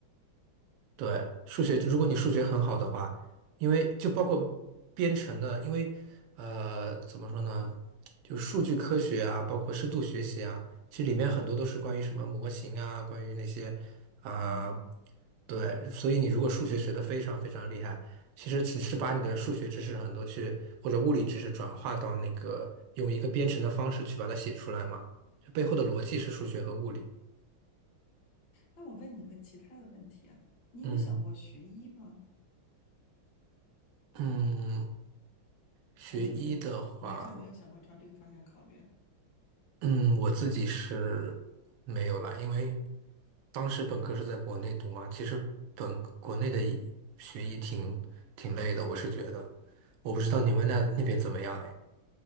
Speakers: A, on the right (about 75°); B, on the left (about 70°).
A: 对，数学，如果你数学很好的话，因为就包括编程的，因为呃，怎么说呢，就数据科学啊，包括深度学习啊，其实里面很多都是关于什么模型啊，关于那些啊、
B: 明白。
A: 对，所以你如果数学学得非常非常厉害，其实只是把你的数学知识很多去或者物理知识转化到那个用一个编程的方式去把它写出来嘛，就背后的逻辑是数学和物理。
B: 那我问你个其他的问题啊你有想过学医吗？
A: 嗯嗯，学医的话。
B: 完全没有考，完全没有想过朝这个方向考虑。
A: 嗯，我自己是没有啦，因为当时本科是在国内读嘛，其实本国内的一学医挺挺累的，我是觉得，我不知道你们那那边怎么样哎。